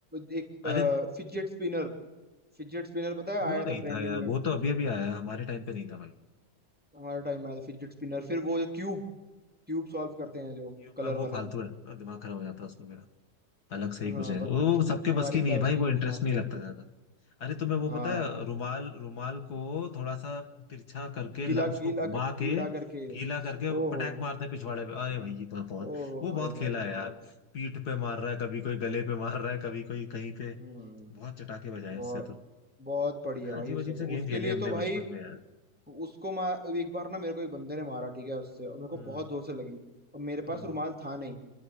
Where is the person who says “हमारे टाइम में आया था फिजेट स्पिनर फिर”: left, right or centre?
Centre